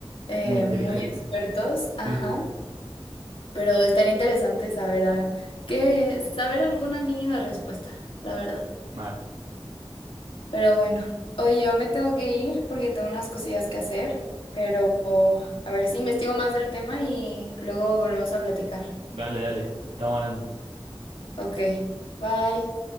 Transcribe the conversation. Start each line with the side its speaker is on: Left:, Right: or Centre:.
Left: eh,
Right: Muy inteligentes.
Left: muy expertos, ajá.
Right: Sí, sí,
Left: Pero estaría interesante saber a- que saber alguna mínima respuesta, la verdad.
Right: mal.
Left: Pero bueno, oye, yo me tengo que ir porque tengo unas cosillas que hacer, pero a ver si investigo más del tema y luego volvemos a platicar.
Right: Dale, dale, estamos hablando.
Left: Ok, bye.